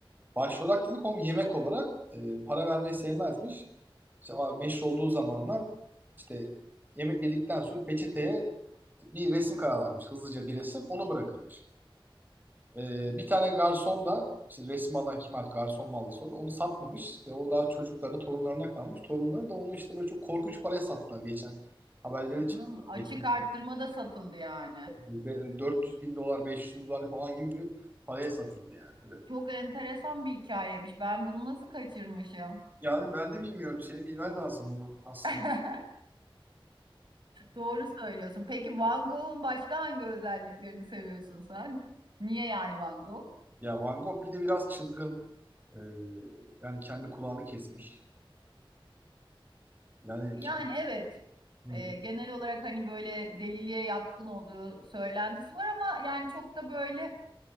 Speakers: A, on the right; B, on the right.
A: Başvurarak dedik oğlum yemek olarak e, para vermeyi sevmezmiş. İşte a- meşhur olduğu zamanlar işte yemek yedikten sonra peçeteye bir resim kararlarmış. Hızlıca bir resim onu bırakırmış. E, bir tane garson da işte resim alan kim artık garson mu aldı sordu. Onu satmamış. İşte o daha çocuklarına torunlarına kalmış. Torunları da onu işte böyle çok korkunç paraya sattılar geçen. Haberleri
B: Hmm,
A: çıktı. Yani.
B: açık
A: Geçen-
B: arttırma da satıldı yani.
A: be- 400 bin dolar 500 bin dolar falan gibi bir paraya satıldı yani. Öyle.
B: Çok enteresan bir hikayemiş. Ben bunu nasıl kaçırmışım?
A: Yani ben de bilmiyorum. Senin bilmen lazım bunu aslında.
B: <laughs> Doğru söylüyorsun. Peki Van Gogh'un başka hangi özelliklerini seviyorsun sen? Niye yani Van Gogh?
A: Ya Van Gogh bir de biraz çılgın. Ee, yani kendi kulağını kesmiş. Yani
B: Yani
A: kendi...
B: evet
A: Hı
B: e,
A: hı.
B: genel olarak hani böyle deliliğe yatkın olduğu söylentisi var ama yani çok da böyle